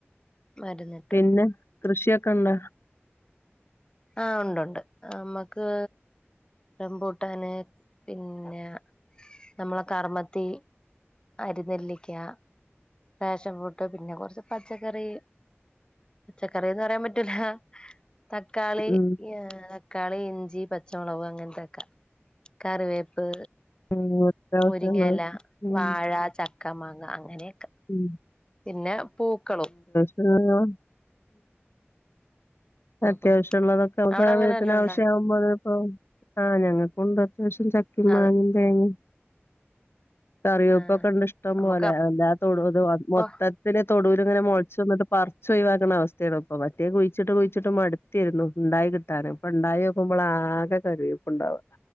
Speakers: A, on the left; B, on the left.
A: മര്ന്ന്.
B: പിന്നെ കൃഷിയൊക്കണ്ട?
A: ആഹ് ഉണ്ടുണ്ട്. അമ്മക്ക് റംപൂട്ടാന് പിന്നെ നമ്മളെ കർമ്മത്തി. അരിനെല്ലിക്ക. ഫാഷൻ ഫൂട്ട് പിന്നെ കൊർച്ച് പച്ചക്കറി പച്ചക്കറീന്ന് പറയാൻ പറ്റൂല. തക്കാളി
B: ഉം
A: ഏഹ് ക്കാളി, ഇഞ്ചി, പച്ചമുളക് അങ്ങൻത്തൊക്ക കറിവേപ്പ്.
B: ഉം അത്യാവശ്യള്ളത്
A: മുരിങ്ങയില
B: ഉം
A: വാഴ ചക്ക മാങ്ങ അങ്ങനെയൊക്ക.
B: ഉം
A: പിന്നെ പൂക്കളും.
B: ആഹ്
A: ഉം
B: അത്യാവശ്യം
A: ഉം
B: ഉള്ളതൊക്കെ നമുക്ക്
A: അവിടെ
B: സമയത്തിന്
A: അങ്ങനെ വല്ലോം ഉണ്ടാ
B: ആവശ്യ ആവുമ്പ <unintelligible> ആഹ് ഞങ്ങക്കുണ്ട് അത്യാവശ്യം ചക്കിം
A: അത്
B: മാങ്ങിം തേങ്ങിം കറിവേപ്പൊക്കെണ്ട്
A: ആ
B: ഇഷ്ടം
A: നമുക്ക്
B: പോലെ അല്ലാതെ തൊടു ഇത്
A: അപ്പൊ
B: മൊത്തം പിന്നെ തൊടൂല് ഇങ്ങനെ മൊളച്ച് വന്നിട്ട് പറിച്ച് ഒഴിവാക്ക്ണ അവസ്ഥയാണിപ്പൊ മറ്റേത് കുഴിച്ചിട്ട് കുഴി ച്ചിട്ട് മടുത്തിരുന്നു ഇണ്ടായികിട്ടാന് ഇപ്പൊ ഇണ്ടായോക്കുമ്പളാകെ കരിവേപ്പ്ണ്ടാവാ